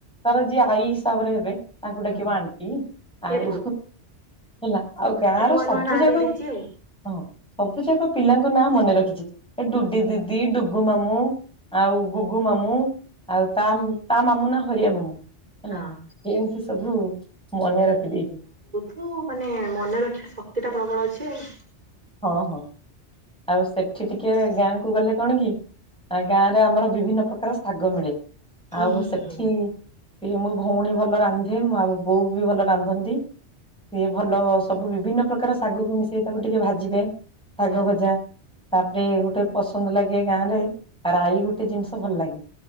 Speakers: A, in the centre; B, on the right (about 35°).
A: ତାର ଯିଏ ଆଈ ହିସାବରେ ହେବେ ତାଙ୍କୁ ଡାକିବ
B: ହୁଁ
A: ଆଣ୍ଟି ଆଉ
B: ଏ ବୋଉ
A: ହେଲା ଆଉ ଗାଁ
B: ଏ ନୂଆ
A: ର ସବୁ
B: ନୂଆ ନାଁ
A: ଜାଗାକୁ
B: ଦେଇ ଦେଇଛି
A: ହଁ ସବୁ ଯାକ ପିଲାଙ୍କ ନାଁ ମନେ ରଖିଛି। ଏ ଡୁଡି ଦିଦି ଡୁଗ ଗୁ ମାମୁଁ, ଆଉ ଗୁଗୁ ମାମୁଁ, ଆଉ ତା ତା ମାମୁଁ ନା ହରିଆ ମାମୁଁ। ହେଲା
B: ଆଉ।
A: ଏମିତି ସବୁ ମନେ ରଖିଦେଇଛି।
B: ହଉ ମାନେ ମନେ ରଖିବା ଶକ୍ତି ଟା ପ୍ରବଳ ଅଛି ଆଉ।
A: ହଁ ହଁ ଆଉ ସେଠି ଟିକେ ଗାଁ କୁ ଗଲେ କଣ କି ଆ ଗାଁ ରେ ଆମର ବିଭିନ୍ନ ପ୍ରକାର ଶାଗ ମିଳେ।
B: ହୁଁ
A: ଆଉ
B: ହୁଁ
A: ସେଠି
B: ହୁଁ
A: ସେ ମୋ ଭଉଣୀ ଭଲ ରାନ୍ଧେଁ ଆଉ ବୋଉ ବି ଭଲ ରାନ୍ଧନ୍ତି। ସିଏ ଭଲ ସବୁ ବିଭିନ୍ନ ପ୍ରକାର ଶାଗକୁ ମିଶେଇ ତାକୁ ଟିକେ ଭାଜିିବେ। ଶାଗ ଭଜା ତାପରେ ଗୋଟେ ପସନ୍ଦ ଲାଗେ ଗାଁ ରେ ରାଈ ଗୋଟେ ଜିନିଷ ଭଲ ଲାଗେ।